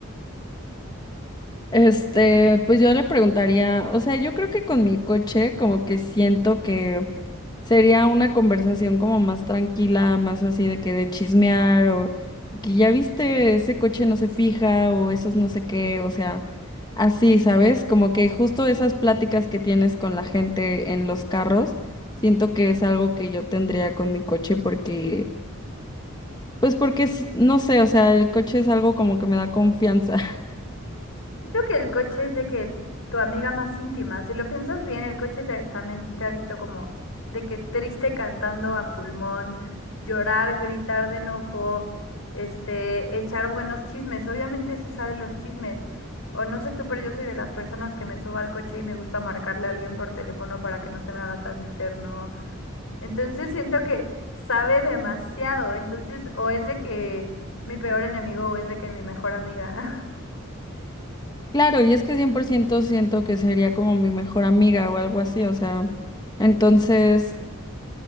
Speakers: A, on the left; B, on the left.
A: Este, pues yo le preguntaría, o sea, yo creo que con mi coche como que siento que sería una conversación como más tranquila, más así de que de chismear o que ya viste ese coche no se fija o esos no sé qué, o sea. Así, ¿sabes? Como que justo esas pláticas que tienes con la gente en los carros, siento que es algo que yo tendría con mi coche porque, pues porque, si- no sé, o sea, el coche es algo como que me da confianza. <laughs>
B: Creo que el coche es de que tu amiga más íntima, si lo piensas bien, el coche te- también te ha visto como de que triste cantando a pulmón, llorar, gritar de enojo, este, echar buenos chismes. Obviamente se saben los chismes. O no sé tú, pero yo soy de las personas que me subo al coche y me gusta marcarle a alguien por teléfono para que no se me haga tan eterno. Entonces siento que sabe demasiado. Entonces, o es de que mi peor enemigo o es de que mi mejor amiga.
A: Claro, y es que 100% siento que sería como mi mejor amiga o algo así, o sea, entonces,